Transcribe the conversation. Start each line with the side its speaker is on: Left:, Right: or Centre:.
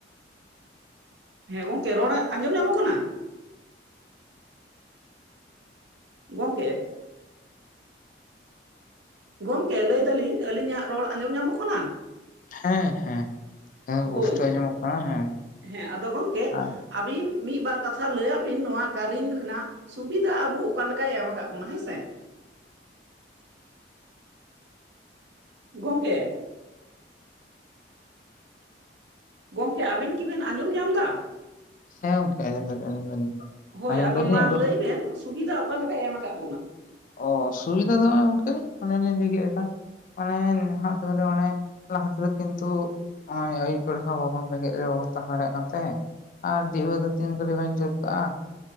Right: ᱦᱮᱸ ᱜᱚᱝᱠᱮ ᱨᱚᱲ ᱟᱸᱡᱚᱢ ᱧᱟᱢᱚᱜ ᱠᱟᱱᱟ᱾ ᱜᱚᱝᱠᱮ ᱜᱚᱝᱠᱮ ᱞᱟᱹᱭ ᱫᱟᱞᱤᱧ ᱟᱹᱞᱤᱧ-ᱟᱜ ᱨᱚᱲ ᱟᱸᱡᱚᱢ ᱧᱟᱢᱚᱜ ᱠᱟᱱᱟ᱾
Left: ᱦᱮᱸ ᱦᱮᱸ ᱦᱮᱸ
Right: ᱦᱳᱭ
Left: ᱯᱩᱥᱴᱟᱹ ᱟᱸᱡᱚᱢᱚᱜ ᱠᱟᱱᱟ ᱦᱮᱸ
Right: ᱦᱮᱸ ᱟᱫᱚ ᱜᱚᱝᱠᱮ
Left: ᱟᱸ
Right: ᱟᱹᱵᱤᱱ ᱢᱤᱫ ᱵᱟᱨ ᱠᱟᱛᱷᱟ ᱞᱟᱹᱭ ᱟᱜ ᱵᱤᱱ ᱱᱚᱣᱟ ᱠᱟᱨᱮᱱ ᱨᱮᱱᱟᱜ ᱥᱩᱵᱤᱫᱷᱟ ᱟᱵᱚ ᱚᱠᱟ ᱞᱮᱠᱟᱭ ᱮᱢ ᱟᱠᱟᱫ ᱵᱚᱱᱟ ᱦᱮᱸᱥᱮ ᱜᱚᱝᱠᱮ ᱜᱚᱝᱠᱮ ᱟᱵᱤᱱ ᱠᱤᱵᱤᱱ ᱟᱸᱡᱚᱢ ᱧᱟᱢ ᱮᱫᱟ᱾
Left: ᱦᱮᱸ ᱜᱚᱝᱠᱮ ᱟᱡᱚᱢ ᱫᱟᱞᱤᱧ ᱟᱡᱟᱢ ᱫᱟᱞᱤᱧ
Right: ᱦᱳᱭ
Left: ᱟᱸᱡᱚᱢ
Right: ᱟᱫᱚ
Left: ᱫᱟᱞᱤᱧ
Right: ᱢᱟ ᱞᱟᱹᱭ ᱵᱮᱱ ᱥᱩᱵᱤᱫᱷᱟ ᱚᱠᱟᱞᱮᱠᱟᱭ ᱮᱢ ᱟᱠᱟᱫ ᱵᱚᱱᱟ᱾
Left: ᱚ ᱥᱩᱭ ᱛᱮᱫᱚ ᱜᱚᱝᱠᱮ ᱚᱱᱮᱡᱮᱧ ᱞᱟᱹᱭ ᱠᱮᱫ ᱞᱮᱠᱟ᱾ ᱚᱱᱮ ᱱᱟᱦᱟᱸᱜ ᱫᱤᱱ ᱢᱟᱱᱮ ᱞᱟᱦᱟᱛᱮ ᱠᱤᱱᱛᱩ ᱱᱚᱜ-ᱚᱭ ᱟᱹᱭᱩᱵ ᱵᱮᱲᱟ ᱦᱚᱸ ᱵᱟᱵᱚᱱ ᱵᱮᱸᱜᱮᱫ ᱨᱮ ᱵᱟᱵᱚᱱ ᱛᱟᱦᱮᱸ ᱫᱟᱲᱮᱭᱟᱜ ᱠᱟᱱ ᱛᱟᱦᱮᱸᱫ, ᱟᱨ ᱰᱤᱦᱚ ᱫᱚ ᱛᱤᱱ ᱜᱷᱟᱲᱤ ᱮᱢ ᱡᱳᱞ ᱠᱟᱜᱼᱟ